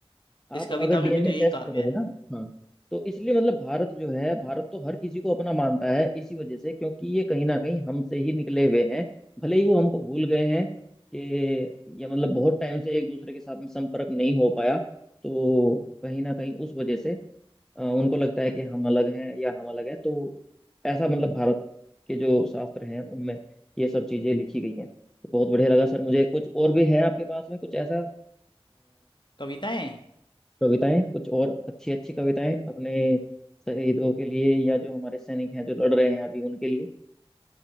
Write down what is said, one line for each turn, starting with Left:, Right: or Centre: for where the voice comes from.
Centre: आप
Left: इस कविता
Centre: अगर
Left: में
Centre: डीएनए
Left: भी तो यही
Centre: टेस्ट
Left: कहा गया
Centre: करोगे
Left: है
Centre: ना हाँ तो इसलिए मतलब भारत जो है भारत तो हर किसी को अपना मानता है इसी वजह से क्योंकि ये कहीं ना कहीं हमसे ही निकले हुए हैं भले ही वो हमको भूल गए हैं कि ये मतलब बहुत टाइम से एक दूसरे के साथ में संपर्क नहीं हो पाया तो कहीं ना कहीं उस वजह से अ, उनको लगता है कि हम अलग हैं या हम अलग हैं तो ऐसा मतलब भारत के जो शास्त्र हैं उनमें ये सब चीजें लिखी गई हैं तो बहुत बढ़िया लगा सर मुझे कुछ और भी है आपके पास में कुछ ऐसा
Left: कविताएं
Centre: कविताएं कुछ और अच्छी अच्छी कविताएं अपने शहीदों के लिए या जो हमारे सैनिक हैं जो लड़ रहे हैं अभी उनके लिए